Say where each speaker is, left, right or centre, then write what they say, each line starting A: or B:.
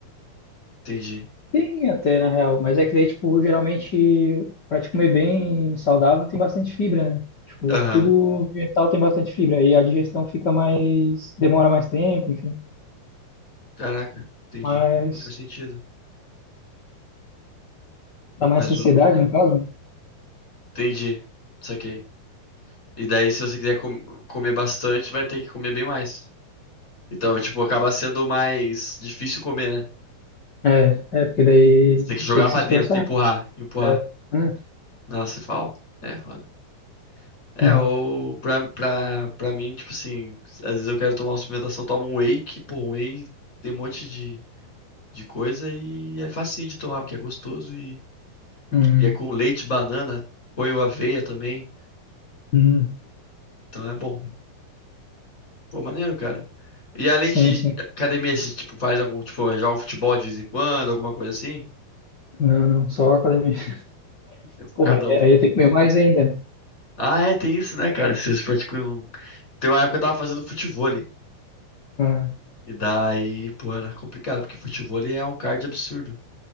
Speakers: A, on the left; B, on the left.
A: Entendi.
B: Tem até, na real, mas é que daí, tipo, geralmente, pra te comer bem saudável, tem bastante fibra, né? Tipo,
A: Aham.
B: tudo vegetal tem bastante fibra, aí a digestão fica mais, demora mais tempo, enfim,
A: Caraca, entendi.
B: mas
A: Não faz sentido.
B: dá mais
A: Mas
B: saciedade,
A: o.
B: no caso. né?
A: Entendi. Saquei. E daí, se você quiser com- comer bastante, vai ter que comer bem mais. Então, tipo, acaba sendo mais difícil comer, né?
B: É, é, porque daí
A: Você tem que jogar
B: tem que
A: pra
B: se esforçar.
A: dentro, empurrar, empurrar.
B: né? É, né?
A: Nossa, fala. É, foda. É,
B: Hum,
A: ou pra, pra, pra mim, tipo assim, às vezes eu quero tomar uma suplementação, eu tomo um whey, que, pô, um whey tem um monte de, de coisa e é facinho de tomar, porque é gostoso e.
B: hum,
A: E é com leite, banana, ponho aveia também.
B: hum.
A: Então é bom. Pô, maneiro, cara. E além
B: Sim,
A: de
B: sim.
A: academia, você, tipo, faz algum, tipo, joga um futebol de vez em quando, alguma coisa assim?
B: Não, não, só academia. <laughs>
A: É focadão.
B: Porra, aí
A: viu?
B: aí eu tenho que comer mais ainda, né?
A: Ah, é, tem isso, né, cara? Vocês praticam... Tem uma época que eu tava fazendo futevôlei.
B: Ah,
A: E daí, pô, era complicado, porque futevôlei é um cardio absurdo.